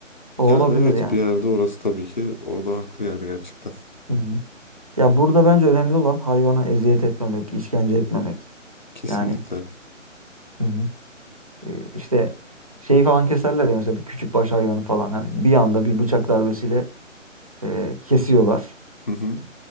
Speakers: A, on the left; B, on the right.
A: Yani
B: O olabilir
A: evet
B: yani.
A: bir yerde orası tabii ki orada haklı yani gerçekten.
B: Hı hı. Ya burada bence önemli olan hayvana eziyet etmemek, işkence etmemek.
A: Kesinlikle.
B: Yani Hı hı. e, işte şeyi falan keserler ya mesela bir küçük baş hayvanı falan hani bir anda bir bıçak darbesiyle e, kesiyorlar.
A: Hı hı.